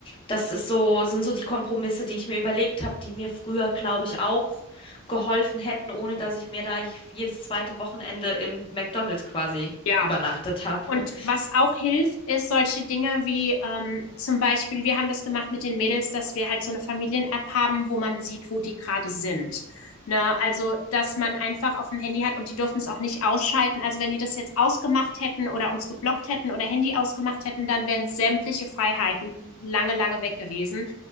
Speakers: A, on the left; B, on the left.
A: Das ist so, sind so die Kompromisse, die ich mir überlegt habe, die mir früher, glaube ich, auch geholfen hätten, ohne dass ich mir da jedes zweite Wochenende im McDonald's quasi
B: ja.
A: übernachtet habe.
B: Und was auch hilft, ist solche Dinge wie ähm, zum Beispiel, wir haben das gemacht mit den Mädels, dass wir halt so eine Familien-App haben, wo man sieht, wo die gerade sind. Ne? Also, dass man einfach auf dem Handy hat und die dürfen es auch nicht ausschalten. Also, wenn die das jetzt ausgemacht hätten oder uns geblockt hätten oder Handy ausgemacht hätten, dann wären sämtliche Freiheiten lange, lange weg gewesen.